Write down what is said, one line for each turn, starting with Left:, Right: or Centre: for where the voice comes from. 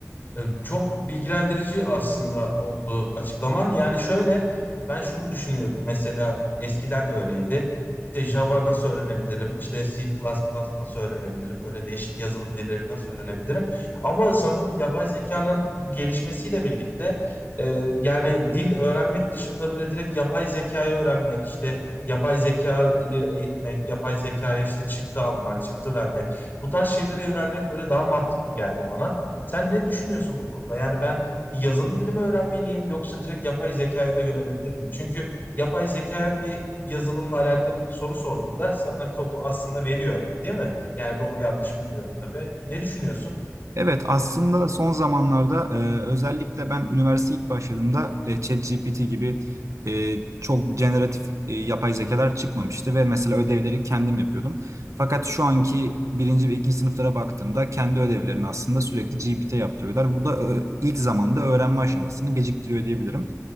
Left: E, Çok bilgilendirici aslında oldu açıklaman. Yani şöyle ben şunu düşünüyordum. Mesela eskiden de öyleydi. İşte Java nasıl öğrenebilirim? İşte C++ plus plus nasıl öğrenebilirim? Böyle değişik yazılım dilleri nasıl öğrenebilirim? Ama sanırım yapay zekanın bu gelişmesiyle birlikte e, yani dil öğrenmek dışında böyle direkt yapay zekayı öğrenmek, işte yapay zekayı eğitmek, yapay zekaya işte çıktı almak, çıktı vermek. Bu tarz şeylere yönelmek böyle daha mantıklı geldi bana. Sen ne düşünüyorsun bu konuda? Yani ben bir yazılım dili mi öğrenmeliyim yoksa direkt yapay zekaya da yönelebilir miyim? Çünkü yapay zekaya bir yazılımla alakalı bir soru sorduğunda sana kodu aslında veriyor, değil mi? Yani doğru yanlış bilmiyorum tabii. Ne düşünüyorsun?
Right: Evet, aslında son zamanlarda e, özellikle ben üniversiteye ilk başladığımda e, ChatGPT gibi e, çok generatif e, yapay zekalar çıkmamıştı ve mesela ödevleri kendim yapıyordum. Fakat şu anki birinci ve ikinci sınıflara baktığımda kendi ödevlerini aslında sürekli GPT yaptırıyorlar. Bu da e, ilk zamanda öğrenme aşamasını geciktiriyor diyebilirim.